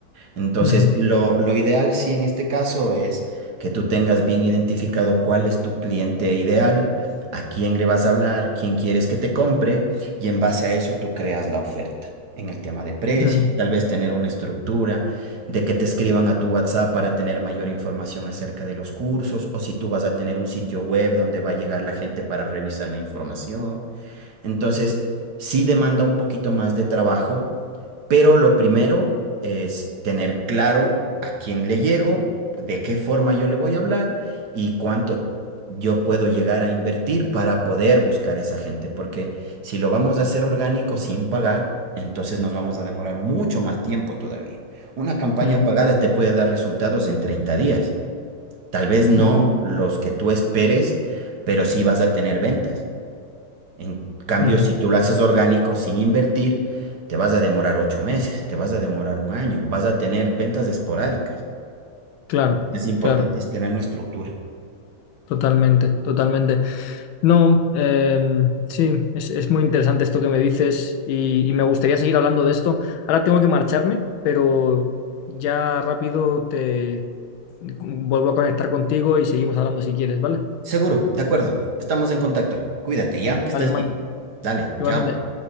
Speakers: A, on the right (about 55°); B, on the left (about 75°).
A: Entonces,
B: Ujú,
A: lo, lo ideal, sí, en este caso es que tú tengas bien identificado cuál es tu cliente ideal, a quién le vas a hablar, quién quieres que te compre, y en base a eso tú creas la oferta. En el tema de precios,
B: mm,
A: tal vez tener una estructura de que te escriban a tu WhatsApp para tener mayor información acerca de los cursos, o si tú vas a tener un sitio web donde va a llegar la gente para revisar la información. Entonces, sí demanda un poquito más de trabajo pero lo primero es tener claro a quién le llego, de qué forma yo le voy a hablar y cuánto yo puedo llegar a invertir para poder buscar esa gente. Porque si lo vamos a hacer orgánico sin pagar, entonces nos vamos a demorar mucho más tiempo todavía. Una campaña
B: mm,
A: pagada te puede dar resultados en 30 días. Tal vez no
B: mm,
A: los que tú esperes, pero sí vas a tener ventas. En cambio,
B: mm.
A: si tú lo haces orgánico sin invertir, te vas a demorar ocho meses, te vas a demorar un año, vas a tener ventas esporádicas.
B: claro,
A: Es importante
B: claro.
A: es tener una estructura.
B: Totalmente, totalmente. No, em, sí, es, es muy interesante esto que me dices y, y me gustaría seguir hablando de esto. Ahora tengo que marcharme, pero ya rápido te vuelvo a conectar contigo y seguimos hablando si quieres, ¿vale?
A: Seguro, de acuerdo. Estamos en contacto. Cuídate ya, que
B: Vale,
A: estés
B: hermano.
A: bien. Dale,
B: Igualmente.
A: chao.